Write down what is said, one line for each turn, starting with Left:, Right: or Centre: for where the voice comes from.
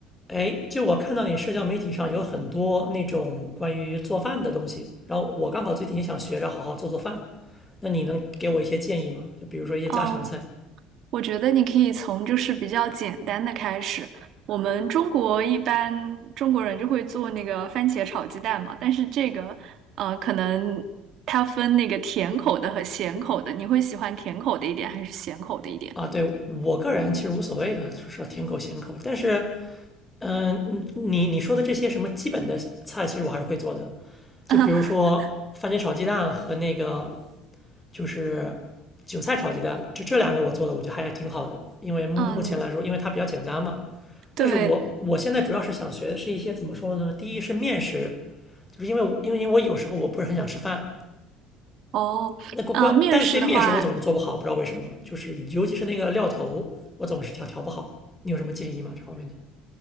Left: 哎，就我看到你社交媒体上有很多那种关于做饭的东西，然后我刚好最近也想学着好好做做饭，那你能给我一些建议吗？就比如说一些家常菜
Right: 哦，我觉得你可以从就是比较简单的开始。我们中国一般中国人就会做那个番茄炒鸡蛋嘛，但是这个呃，可能它分那个甜口的和咸口的，你会喜欢甜口的一点还是咸口的一点？
Left: 啊，对，我个人其实无所谓的，说甜口咸口，但是，嗯、你你说的这些什么基本的菜，其实我还是会做的，就比如说番茄炒鸡蛋和那个
Right: <laughs>
Left: 就是韭菜炒鸡蛋，就这两个我做的，我觉得还是挺好的，因为目前来说，
Right: 嗯，
Left: 因为它比较简单嘛。但是我我现在主要是想学的是一些怎么说呢？
Right: 对，
Left: 第一是面食，就是因为我因为我有时候我不是很想吃饭，
Right: 哦，
Left: 那关关，
Right: 呃，面食的话，
Left: 但是对面食我总是做不好，不知道为什么，就是尤其是那个料头，我总是调调不好。你有什么建议吗？这方面的？